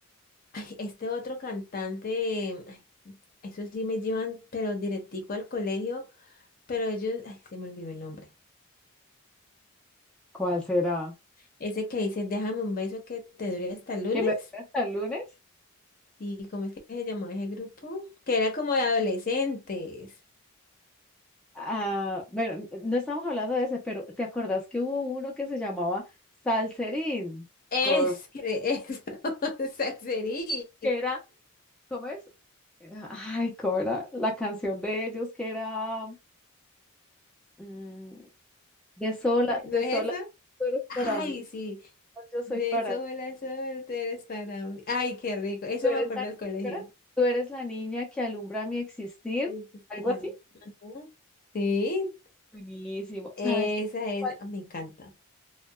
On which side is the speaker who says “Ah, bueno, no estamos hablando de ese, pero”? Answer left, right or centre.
Centre